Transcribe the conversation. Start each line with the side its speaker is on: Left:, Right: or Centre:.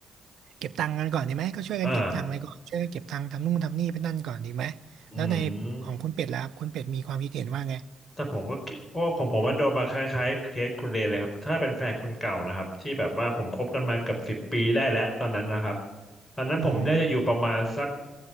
Right: เก็บตังค์กันก่อนดีไหมก็ช่วยกันเก็บตังค์ไปก่อนช่วยกันเก็บตังค์ทำนู่นทำนี่ไปนั่นก่อนดีไหม
Left: อ่าอืม
Right: แล้วในของคุณเป็ดล่ะครับคุณเป็ดมีความคิดเห็นว่าไง
Left: แต่ผมก็คิดเพราะว่าผมผมว่าโดนมาคล้ายๆเคสคุณเลนเลยครับถ้าเป็นแฟนคนเก่านะครับที่แบบว่าผมคบกันมาเกือบสิบปีได้แล้วตอนนั้นนะครับตอนนั้นผมน่าจะอยู่ประมาณสัก
Right: อืม